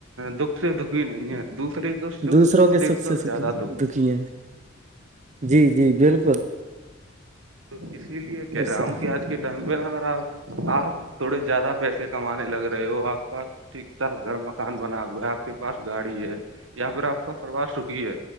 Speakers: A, on the right; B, on the right.
A: دکھ سے دکھی نہیں ہے دوسرے سکھ
B: دوسروں
A: کو
B: کے سکھ
A: دیکھ
B: سے
A: کر
B: سکھی
A: زیادہ دکھ
B: دکھی
A: ہے
B: ہیں جی جی بالکل
A: تو اسی لیے کہہ
B: ایسا،
A: رہا ہوں کہ آج ٹائم پہ نا اگر آپ آپ تھوڑے زیادہ پیسے کمانے لگ رہے ہو آپ کا ٹھیک ٹھاک گھر مکان بنا ہوا ہے آپ کے پاس گاڑی ہے یا پھر آپ کا پروار سکھی ہے